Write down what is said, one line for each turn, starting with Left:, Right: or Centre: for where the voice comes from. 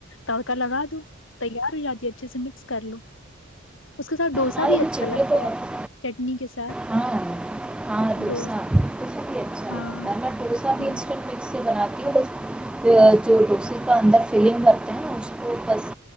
Left: تڑکا لگا دو تیار ہو جاتی اچھے سے مکس کر لو اس کے ساتھ ڈوسا
Centre: ہاں
Left: بھی
Centre: یہ
Left: اچھا
Centre: چٹنی
Left: لگتا
Centre: تو
Left: ہے چٹنی کے ساتھ
Centre: ہاں ہاں
Left: ڈوسا
Centre: ڈوسا بھی اچھا
Left: ہاں
Centre: لگتا ہے میں ڈوسا بھی
Left: ہاں
Centre: انسٹنٹ مکس سے بناتی ہوں بس جو ڈوسے کا اندر فلنگ بتے ہیں نا اس کو بس